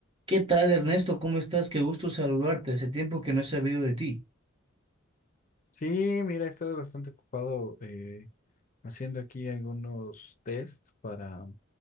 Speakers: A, on the right; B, on the left.
A: ¿Qué tal, Ernesto? ¿Cómo estás? Qué gusto saludarte. Hace tiempo que no he sabido de ti.
B: Sí, mira, he estado bastante ocupado eh, haciendo aquí algunos tests para